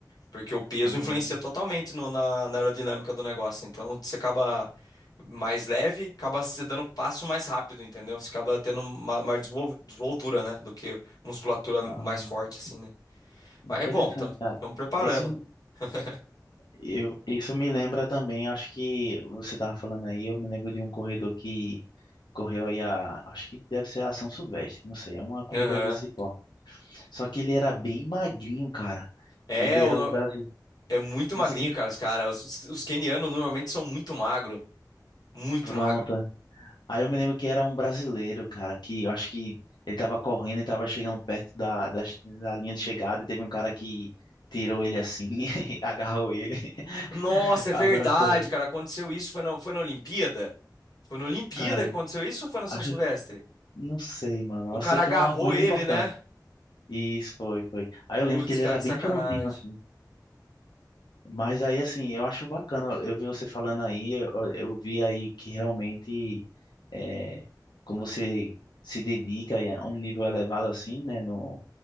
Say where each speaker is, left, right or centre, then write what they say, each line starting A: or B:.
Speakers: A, on the left; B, on the left.
A: Porque o peso
B: Ah,
A: influencia totalmente no- na, na aerodinâmica do negócio. Então você acaba mais leve, acaba se dando passo mais rápido, entendeu? Você acaba tendo uma maior desenvol- desenvoltura, né? Do que musculatura mais
B: ah,
A: forte, assim, né?
B: interessante,
A: Mas é bom, estamos
B: cara.
A: preparando.
B: Isso,
A: <laughs>
B: eu, isso me lembra também, acho que você tava falando aí, eu me lembro de um corredor que correu aí a. Acho que deve ser a São Silvestre, não sei, é uma corrida
A: Aham.
B: desse porte. Só que ele era bem magrinho, cara.
A: É,
B: Ele era
A: o no-
B: o brasileiro.
A: é muito
B: Não
A: magrinho,
B: sei se eu...
A: cara, os cara. Os, os- os quenianos normalmente são muito magro, muito
B: Pronto.
A: magro.
B: Aí eu me lembro que era um brasileiro, cara, que eu acho que ele tava correndo e tava chegando perto da, da, da linha de chegada e teve um cara que tirou ele assim, <laughs> agarrou ele,
A: Nossa,
B: <laughs>
A: é
B: abraçou
A: verdade,
B: ele.
A: cara. Aconteceu isso, foi na, foi na Olimpíada? Foi na Olimpíada
B: Cara,
A: que aconteceu isso ou foi na São
B: acho,
A: Silvestre?
B: não sei, mano.
A: O
B: Eu
A: cara
B: sei que
A: agarrou
B: foi uma corrida
A: ele,
B: importante.
A: né?
B: Isso foi, foi. Aí
A: Putz,
B: eu lembro que ele
A: cara,
B: era
A: que
B: bem
A: sacanagem.
B: franzino, assim. Mas aí, assim, eu acho bacana, eu vi você falando aí, eu, eu vi aí que realmente, é, quando você se dedica aí a um nível elevado assim, né, no,